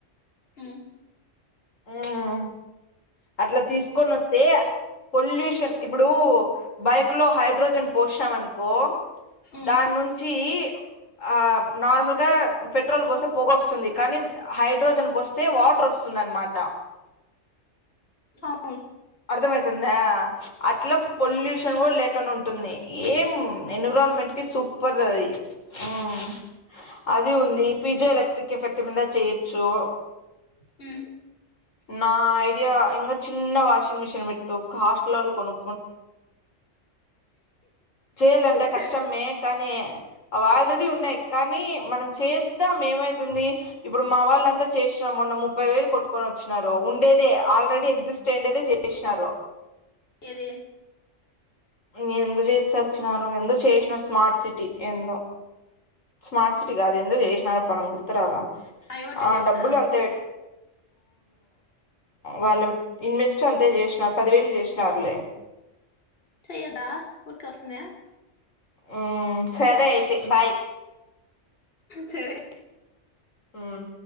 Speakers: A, on the left (about 45°); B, on the left (about 80°).
A: ఉమ్,
B: ఊమ్ అట్లా తీసుకొన్ నోస్తే పొల్యూషన్ ఇప్పుడు బైక్ లో హైడ్రోజన్ పోషాం అనుకో
A: ఉమ్,
B: దాన్ నుంచి ఆ నార్మల్ గా పెట్రోల్ పోస్తే పోగ వస్తుంది కానీ హైడ్రోజన్ పోస్ స్తే వాట్రూర్ వొస్తుంది అన్ మాట
A: అ
B: అర్థమయితుందా అట్లా పొల్యూషన్
A: ఉమ్,
B: కూడా లేకు న్ ఉంటుంది ఏమ్ ఎన్విరాల్ మెంట్ కీ సూపర్ అది ఉమ్మ్ అది ఉంది పీజో ఎలక్ట్రిక్ ఎఫెక్ట్ మీిద చేయొచ్చు
A: హ
B: నా ఐడియా ఇంకా చిన్న వాషింగ్ మిషిన్ పెట్టు హాస్టల్ వా కొను చేయలే అంట
A: సరే
B: కష్టమే క అవి ఆల్రెడీ ఉన్నాయి కానీ మనం చేద్దాం ఏమైతుంది ఇప్పుడు మా వాళ్ళ అంతా చేసినా మొన్న ముప్పై వేలు కొట్టుకొని వచ్చినన్నారు ఉండేదే ఆల్రెడీ ఎగ్జిస్ట్ అయిండేదే చేసినారు
A: ఏది
B: న ఎందు చేసి వచ్చిన ఎ చేసిన స్మార్ట్ సిటీ ఎందో స్మార్ట్ సిటీ కాదు ఎందో చేసినారు రాల
A: ఐఓటీ
B: ఆ
A: బేస్
B: డబ్బులు అంతే వాళ్ళ ఇన్వెస్ట్ అంతే చేసినారు పదివేళ్లు చేసినారులే
A: చెయ్యదా ఊరిక వస్తుందే
B: ఉ సరే అయితే బాయ్
A: సరే
B: మ్మ్